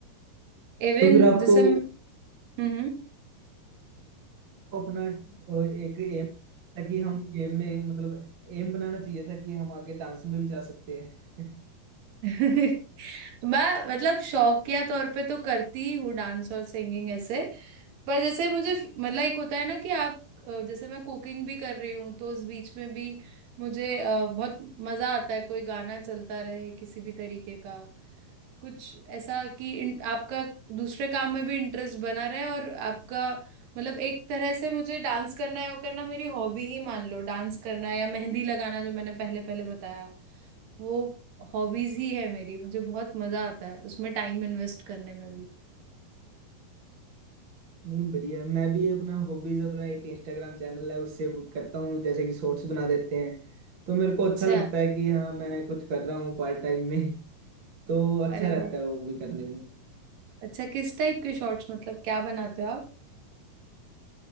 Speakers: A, on the right; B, on the right.
A: इवन
B: तो फिर आपको
A: जैसे हम्म हम्म।
B: अपना अ, एक एम था कि हम गेम में मतलब एम बनाना चाहिए था कि हम आगे डांस में भी जा सकते हैं <laughs>
A: <laughs> मैं मतलब शौकिया तौर पे तो करती ही हूँ डांस और सिंगिंग ऐसे पर जैसे मुझे मतलब एक होता है ना कि आप अ, जैसे मैं कुकिंग भी कर रही हूँ तो उस बीच में भी मुझे अ, बहुत मजा आता है कोई गाना चलता रहे किसी भी तरीके का कुछ ऐसा कि इन, आपका दूसरे काम में भी इंटरेस्ट बना रहे और आपका मतलब एक तरह से मुझे डांस करना है वो करना मेरी हॉबी ही मान लो डांस करना या मेहंदी लगाना जो मैंने पहले पहले बताया वो हॉबीज ही है मेरी मुझे बहुत मजा आता है उसमें टाइम इन्वेस्ट करने में भी
B: नहीं बढ़िया है। मैं भी अपना हॉबीज अपना एक इंस्टाग्राम चैनल है उससे वो करता हूँ जैसे कि शॉर्ट्स बना देते हैं तो मेरे को अच्छा
A: अच्छा
B: लगता है कि हाँ मैं कुछ कर रहा हूँ पार्ट टाइम में तो
A: अरे
B: अच्छा रहता
A: वाह
B: है वो भी करने में
A: अच्छा किस टाइप के शॉर्ट्स मतलब क्या बनाते हो आप